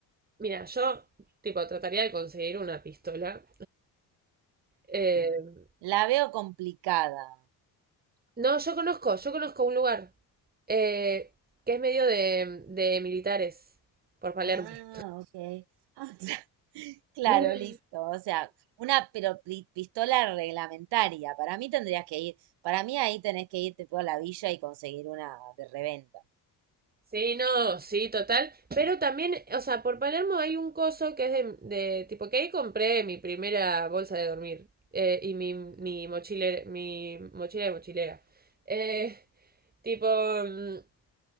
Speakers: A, on the right; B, on the right.
A: Mira, yo, tipo, trataría de conseguir una pistola. Eh,
B: La veo complicada.
A: no, yo conozco, yo conozco un lugar eh, que es medio de, de militares, por Palermo.
B: Ah, ok. Ah, <laughs> Claro,
A: <laughs>
B: listo. O sea, una pero pi- pistola reglamentaria. Para mí tendrías que ir, para mí ahí tenés que irte por la villa y conseguir una de reventa.
A: Sí, no, sí, total. Pero también, o sea, por Palermo hay un coso que es de, de tipo que ahí compré mi primera bolsa de dormir eh, y mi, mi mochilera, mi mochila de mochilera. Eh, tipo, mm,